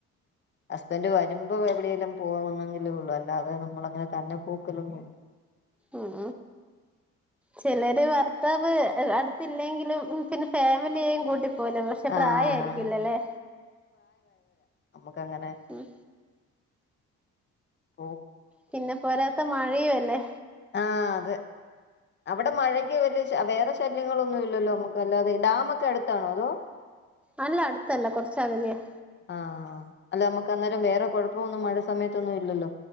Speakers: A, on the left; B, in the centre.
A: ഹസ്ബൻഡ് വരുമ്പ എവിടേലും പോവന്നെങ്കിലേ ഉള്ളു അല്ലാതെ നമ്മളങ്ങനെ തന്നെ പോക്കലൊന്നു
B: ഉം ചെലര് വർത്താവ് അടുത്തില്ലെങ്കിലും പിന്നെ ഫാമിലിയെയും കൂട്ടി പോല പഷെ പ്രായായിരിക്കില്ലല്ലേ?
A: ആഹ് ആഹ് ക്കങ്ങനെ
B: ഉം
A: പോ
B: പിന്നെ പോരാത്ത മഴയുവല്ലേ.
A: ആ അതെ അവിടെ മഴയ്ക്ക് വെലിയ വേറെ ശല്യങ്ങളൊന്നുല്ലല്ലോ മ്മക്ക് അല്ലാതെ ഡാമക്കെ അടുത്താണോ അതോ?
B: അല്ല അടുത്തല്ല കൊറച്ചകലേയാ.
A: ആ അല്ല മ്മക്ക് അന്നേരം വേറെ കൊഴപ്പോന്നും മഴ സമേത്തൊന്നു ഇല്ലല്ലോ?